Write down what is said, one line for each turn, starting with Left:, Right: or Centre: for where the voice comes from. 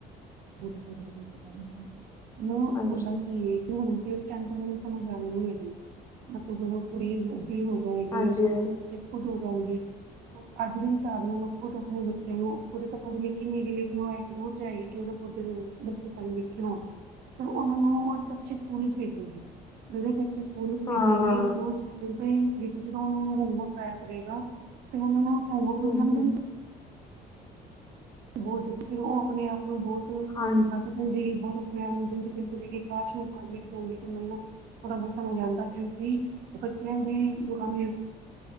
Right: ਬੁ ਕੋਈ ਗਲ ਨੀ <unintelligible> ਪਤਾ ਨੀ ਮ
Left: ਹਾਂਜੀ,
Right: ਹੁੰਦਾ ਕੀ ਏ ਕਿਓਂ ਫੇਸ ਸਕੈਨ <unintelligible> ਹੋਣ ਨੀ ਹੈਗੀ, ਮ <unintelligible> ਦੋ ਕੁੜੀ ਦੀ ਹੋ ਜਾਏਗੀ
Left: ਹਾਂਜੀ,
Right: ਗੋਕਲ
Left: ਹਾਂਜੀ,
Right: ਪਚੀ ਕੁਟੂ ਜਾਂਗੀ ਅਗ੍ਰਿਮ ਸਾਰਨਾ ਨਾ ਔ ਤੋਂ ਅਪਣੇ ਬੱਚੇ ਨੂੰ ਖੁਦ ਤਾਂ ਪੜ ਲਿਖ ਕਿ ਨੀ ਗੀ ਲਿਖਣਾ ਹੈ। ਰੋਜ ਜਾਏਗੀ ਕਿ ਉਦੇ <unintelligible> ਲਿਖਿਆ ਤੇ ਔਨਾਂ ਨੂੰ ਔ ਅੱਛੇ ਸਕੂਲ ਚ ਭੇਜਾਗੀ। ਦੇਂਦੇ ਪੱਚੀਸ ਔਨੂੰ ਭੇਜੇਗੀ
Left: ਹਾਂ-ਹਾਂ,
Right: ਔ ਸਕੂਲ। ਵਿੱਚ ਜਾ ਉਹਨਾਂ ਨੂੰ ਹੋਮਵਰਕ ਕਰਇਆ ਕਰੇਗਾ ਤੇ ਉਹਨਾਂ ਨੂੰ ਚਾਹੇ ਹੁਕਮ
Left: ਹੂੰ-ਹੂੰ,
Right: ਸਮਝਣ। ਬਹੁਤ ਦੇ ਫਿਰ ਉਹ ਆਪਣੇ ਆਪ ਨੂੰ ਬਹੁਤ ਤੂੰ
Left: ਹਾਂਜੀ,
Right: ਘੱਟ ਸਿਲ ਦੇ ਗੀ ਬਹੁਤ ਆਪ ਨੂੰ ਦੀ ਪਿੰਤ ਵੇਖ ਕਾਸ਼ ਓਹ ਪਲ ਮੇਰੇ ਸਾਹਮਣੇ ਜਾਉਗੀ ਤੇ ਮੈਨੂੰ ਥੋੜਾ ਬਹੁਤ ਸਮਝ ਆਉਂਦਾ ਕਿਉਂਕਿ ਬੱਚਿਆਂ ਦੇ ਦੁਕਾਨ